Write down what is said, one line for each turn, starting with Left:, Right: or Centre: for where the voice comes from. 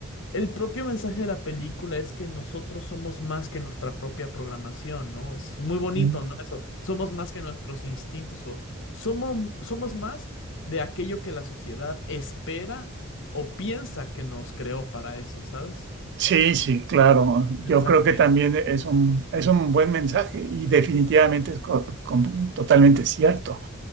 Left: el propio mensaje de la película es que nosotros somos más que nuestra propia programación, ¿no? Es muy bonito,
Right: Mm.
Left: ¿no? Eso, somos más que nuestros instintos o somos, somos más de aquello que la sociedad espera o piensa que nos creó para eso, ¿sabes?
Right: Sí, sí, claro.
Left: Mensaje
Right: Yo creo que
Left: hermoso.
Right: también es un, es un buen mensaje y definitivamente es co- com- totalmente cierto.